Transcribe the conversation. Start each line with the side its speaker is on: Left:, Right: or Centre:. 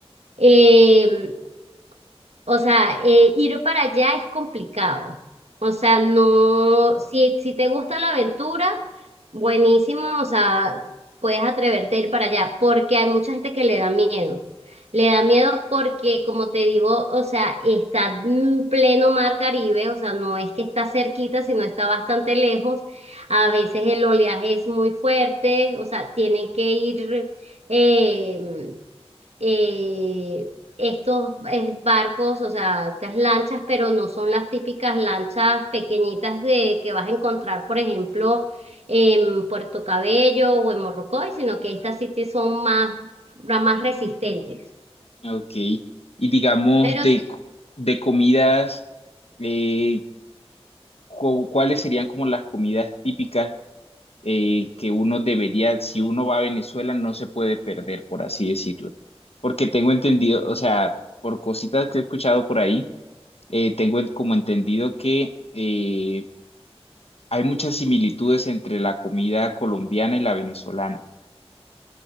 Right: eh, o sea, eh, ir para allá es complicado. O sea, no, si, si te gusta la aventura, buenísimo, o sea, puedes atreverte a ir para allá, porque hay mucha gente que le da miedo. Le da miedo porque, como te digo, o sea, está en pleno mar Caribe, o sea, no es que está cerquita, sino está bastante lejos. A veces el oleaje es muy fuerte, o sea, tienen que ir, em, eh, estos eh, barcos, o sea, estas lanchas, pero no son las típicas lanchas pequeñitas de que vas a encontrar, por ejemplo, en Puerto Cabello o en Morrocoy, sino que estas sí que son más, más resistentes.
Left: Ok. Y digamos,
Right: Pero
Left: de,
Right: sí,
Left: co- de comidas, eh, cu- ¿cuáles serían como las comidas típicas? eh, que uno debería, si uno va a Venezuela, no se puede perder, por así decirlo. Porque tengo entendido, o sea, por cositas que he escuchado por ahí, eh, tengo en- como entendido que eh, hay muchas similitudes entre la comida colombiana y la venezolana.